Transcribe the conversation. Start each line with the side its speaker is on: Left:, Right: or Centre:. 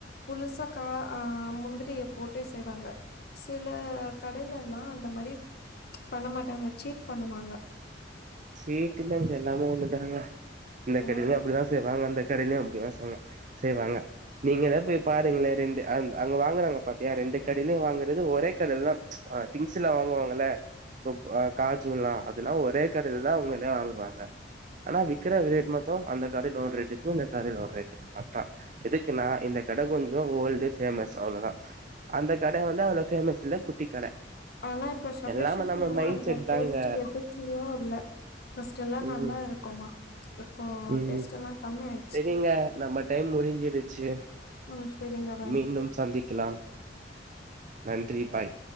Left: முழுசா கா ஆ ஆ முந்திரிய போட்டு செய்வாங்க சில கடைலலா அந்த மாரி பண்ண மாட்டாங்க சீட் பண்ணுவாங்க
Right: சீட்டுல்லங்க எல்லாமே ஒண்ணுதானுங்க இந்த கடைலயு
Left: ம்
Right: அப்படிதா <unintelligible> அந்த கடைலயு அப்டி தா செய்ங்க செய்வாங்க நீங்களே போய் பாருங்களே ரெண்டு அங் அங்க வாங்குறாங்க பாத்தியா ரெண்டு கடையிலு வாங்குறது ஒரே கடைல தா ஆ திங்க்ஸ்லா வாங்குவாங்கல இப்ப ப காஜுலா அதெல்லா ஒரே கடைல தா அவுங்களே வாங்குவாங்க ஆனா விக்கிற ரேட் மத்தோ அந்த கடைல ஒரு ரேட் க்கு இந்த கடைல ஒரு ரேட் க்கு அதா எதுக்குன்னா இந்த கட கொஞ்சோ ஓல்ட்டு ஃபேமஸ் அவ்ளோதா அந்த கட வந்து அவ்ளோ ஃபேமஸ் இல்ல குட்டி கட
Left: ஆனா இப்போ <unintelligible>
Right: எல்லாமே நம்ம மைண்ட்
Left: அந்த
Right: செட்
Left: பேஸ்ட்டு
Right: தாங்க
Left: எதுக்கு திவா இல்ல ஃபர்ஸ்ட் எல்லா நல்லாருக்குமா
Right: ம்
Left: இப்போ
Right: ம்
Left: டேஸ்ட் எல்லா கம்மி ஆயி
Right: செரிங்க நம்ம டைம் முடி முடிஞ்சிருச்சு
Left: ம் சரிங்க வைங்க
Right: மீண்டும் சந்திக்கலாம் நன்றி பாய்